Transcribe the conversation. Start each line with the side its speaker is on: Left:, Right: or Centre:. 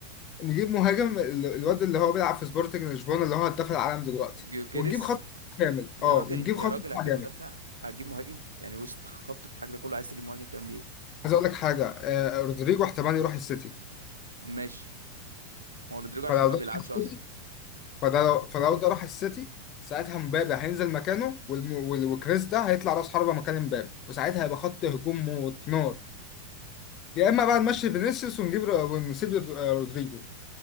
Left: نجيب مهاجم ال- الواد اللي هو بيلعب في سبورتنج لشبونه اللي هو هداف العالم دلوقتي
Right: جيوكيريس
Left: ونجيب خط كامل
Right: يا
Left: اه
Right: راجل
Left: ونجيب
Right: يا
Left: خط
Right: راجل
Left: دفاع
Right: هتجيب
Left: جامد
Right: مدافع هتجيب مهاجم يعني وسط الخط بتاعك ده كله عايز تجيب مهاجم تعمل بيه ايه
Left: عايز اقول لك حاجه آه رودريجو احتمال يروح السيتي
Right: ماشي ما هو رودريجو عشان
Left: فلو
Right: ما
Left: ده
Right: بيلعبش
Left: راح السيتي
Right: اصلا
Left: فده لو فلو ده راح السيتي ساعتها مبابي هينزل مكانه والم- وال- وكريس ده هيطلع راس حربه مكان مبابي وساعتها هيبقى خط هجوم موت نار يا اما بقى نمشي فينيسيوس ونجيب رو- ونسيب رو- آه، رودريجو